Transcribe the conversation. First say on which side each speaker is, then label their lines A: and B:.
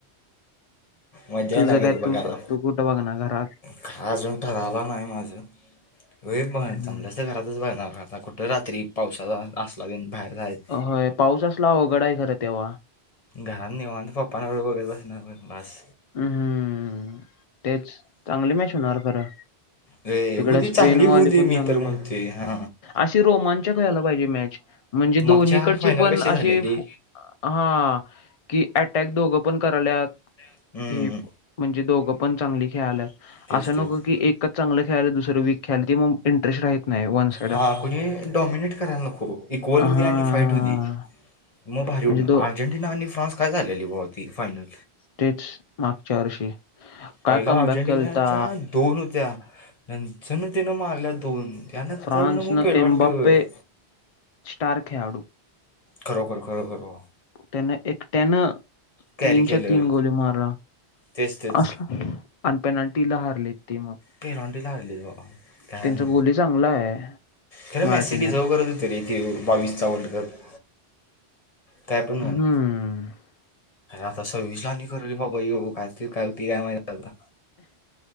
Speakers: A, on the left (about 35°); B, on the left (about 55°).
A: मजा
B: तुझं
A: ना करू
B: काय
A: बघायला
B: तू तू कुठं बघणार घरात
A: काा अजून ठरला नाही माझं हो पण
B: हम्म.
A: चांमलंस तर घरातच बरणारता कुठं रात्री पावसाचा असला दिन बाहेर जायच
B: होय पाऊस असला अवघडा आहे खरं तेव्हा
A: घरात निवन तर पप् नवर बैल बसणार बस
B: हम्म हम्म तेच चांगली मॅच होणार खरं
A: रे
B: तिकडे
A: होऊ
B: स्पेन
A: दे चांगली
B: वाली
A: होऊ दे
B: पण चांगली
A: मी तर म्हणते हा
B: अशी रोमांचक व्हायला पाहिजे मॅच म्हणजे दोन्हीकडची
A: मागच्या फायनल
B: पण
A: कशी
B: अशी
A: झालेली
B: हा कि अटॅक दोघं पण करायल्यात
A: हम्म,
B: हे म्हणजे दोघ पण चांगली खेळा
A: तेच
B: अस नक
A: तेच
B: क एक चांगलं खळ दुसरं वी खळायल मग इंटरेस्ट राह नाही वनस
A: हा कुणी डॉमिनेट कराला न खू इक्वल
B: हा
A: होऊ दे्या आणि फाईट होऊ दे मग बाहेारी
B: म्हणजे
A: उडणार
B: तो
A: अर्जेंटिना आणि फ्रान्स काय झालेली व होती फायनल
B: तेच मागच्या वर्षी काय
A: पहिला
B: कमबॅक
A: अर्जेंटिनाच्या
B: केलता
A: दोन होत्या नजन तिनं मारल्या दोन यानंतर
B: फ्रान्सनं
A: न मोफईल नटी
B: एम्बाप्पे
A: होईल
B: स्टार खेळाडू
A: खरोखर खरोखर बा
B: त्यान एकट्यानं
A: कॅरी
B: तीनच्या
A: केलं
B: तीन गोली मारला
A: तेच तेच
B: अस अनपेनाल्टीला हारलेत ते मग
A: पलॉंटी ला हारलीबाबा कायन
B: त्यांचा गोली चांगला आहे
A: खरं
B: मार्टिनस
A: मॅ सिडी जाऊ कर तू तरी कथे बावीसचा वर्ल्ड कप काय पण
B: हम्म
A: म्हन आता सर्विसला नि कर रे बाबा ये का का कामा